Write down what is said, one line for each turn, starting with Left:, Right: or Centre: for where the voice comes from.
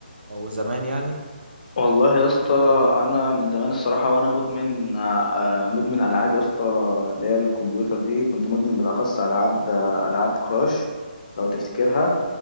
Right: او زمان يعني
Left: والله يا اسطى انا من زمان الصراحه وانا مدمن آه، آه، مدمن العاب يا اسطى اللي هي الكمبيوتر دي كنت مدمن بالاخص العاب آه، العاب كراش لو تفتكرها